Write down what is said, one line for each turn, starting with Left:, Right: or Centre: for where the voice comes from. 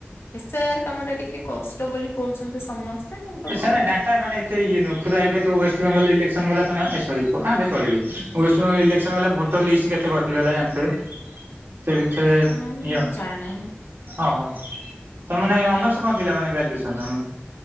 Left: ଏସ୍ ଆଇଆର୍ କାମ ଟା ଟିକେ କଷ୍ଟ ବୋଲି କହୁଛନ୍ତି ସମସ୍ତେ କିନ୍ତୁ
Right: ସେ
Left: ମୁଁ
Right: ଡାଟା ମାନେ ଏତେ ଇଏ ନୁହ ଏବେ ୱେଷ୍ଟବେଙ୍ଗଲ ଇଲେକ୍ସନ ଗଲା ତମେ ସରି ଚଳିବ ୱଷ୍ଟବେଙ୍ଗଲ ଇଲେକ୍ସନ ହେଲା ଭୋଟର ଲିଷ୍ଟ କେତେ କଟିଗଲା ଜାଣିଥିବେ । ସେଥିରେ
Left: ହୁଁ
Right: ଇଏ
Left: ଜାଣିନି।
Right: ହଁ ହଁ । ତ ମାନେ ଅନର୍ସ କଣ ଥିଲା ମାନେ ଗ୍ରାଜୁଏସନ?